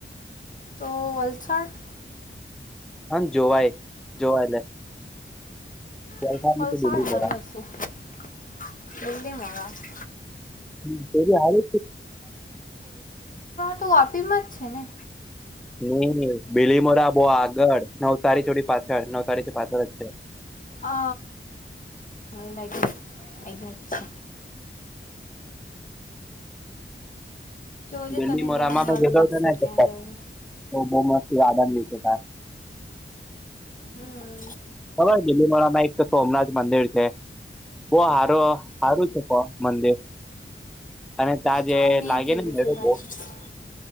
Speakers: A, on the left; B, in the centre.
A: તો વલસાડ
B: હ જોવાય જોવા એટલે
A: <unintelligible>
B: વલસાડની તો બીલીમોરા હ તેવી આવે
A: તો વાપીમાં જ છેને
B: <inaudible> હમ બીલી મોરા બો આગળ નવતારી છોડી પાછળ નવસારીથી પાછળ જ છે.
A: અ મને લાગે અયાજ છે. છે જોજે
B: બીલીમોરામાં
A: તને જ્યાં સારું
B: મેં ગેતો
A: લાગશે
B: હતો ને તો
A: ત્યાં જજે
B: બોઉ મસ્તી
A: હમ્મ
B: ખબર બીલીમોરામાં એક તો સોમનાથ મંદિર છે. બો હારો હારુ છે, મંદિર અને ત્યાં જે
A: હા હું નહીં
B: લાગે
A: ગયેલી
B: ને મેળો
A: છું ભાઈ
B: બો